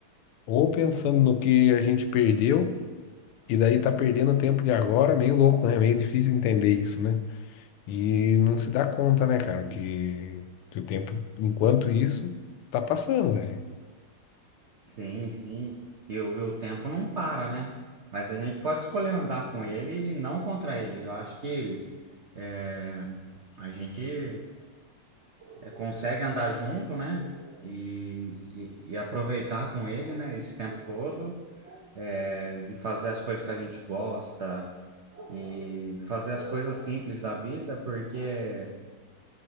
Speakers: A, on the left; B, on the right.
A: Ou pensando no que a gente perdeu, e daí tá perdendo o tempo de agora, meio louco, né? Meio difícil entender isso, né? E não se dá conta, né, cara, que, que o tempo, enquanto isso, tá passando, velho.
B: Sim, sim. E, o e o tempo não para, né? Mas a gente pode escolher andar com ele e não contra ele. Eu acho que é, a gente é, consegue andar junto, né? E, e, e aproveitar com ele, né? Esse tempo todo, é, de fazer as coisas que a gente gosta e fazer as coisas simples da vida, porque,